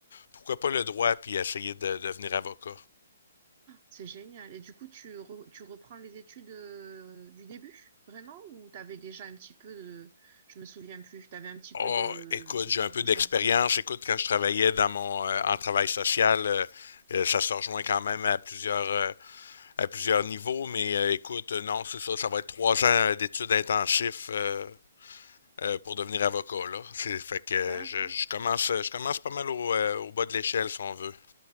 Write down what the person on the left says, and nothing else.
pourquoi pas le droit, puis essayer de devenir avocat.
Oh,
écoute,
j'ai un peu
d'expérience. Écoute, quand je travaillais dans mon euh, en travail social, euh, euh, ça se rejoint quand même à plusieurs euh, à plusieurs niveaux. Mais euh, écoute, euh, non, c'est ça, ça va être trois ans euh, d'études intensives euh, euh, pour devenir avocat là. C'est fait que euh,
je, je commence euh, je commence pas mal au, euh, au bas de l'échelle si on veut.